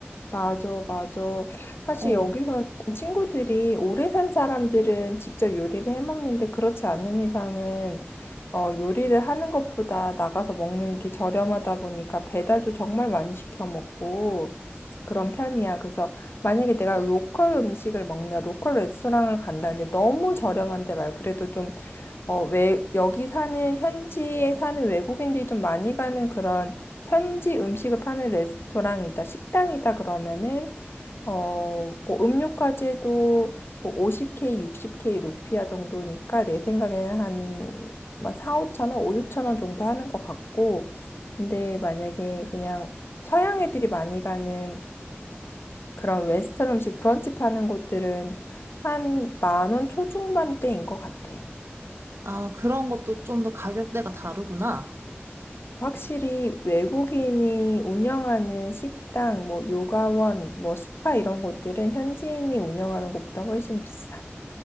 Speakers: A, on the left; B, on the right.
A: 맞아, 맞아. 사실
B: 어,
A: 여기서는 친구들이 오래 산 사람들은 직접 요리를 해 먹는데 그렇지 않은 이상은 어, 요리를 하는 것보다 나가서 먹는 게 저렴하다 보니까 배달도 정말 많이 시켜 먹고 그런 편이야. 그래서 만약에 내가 로컬 음식을 먹나 로컬 레스토랑을 간다는데 너무 저렴한데 말고 그래도 좀 어, 외, 여기 사는 현지에 사는 외국인들이 좀 많이 가는 그런 현지 음식을 파는 레스토랑이다, 식당이다 그러면은 어, 뭐 음료까지 해도 뭐 50K, 60K 루피아 정도니까 내 생각에는 한, 한 4, 5천 원, 5, 6천 원 정도 하는 것 같고 근데 만약에 그냥 서양 애들이 많이 가는 그런 웨스턴 음식 브런치 파는 곳들은 한 만 원 초중반대인 것 같아.
B: 아, 그런 것도 좀 더 가격대가 다르구나.
A: 확실히 외국인이 운영하는 식당, 뭐 요가원, 뭐 스파 이런 곳들은 현지인이 운영하는 곳보다 훨씬 비싸.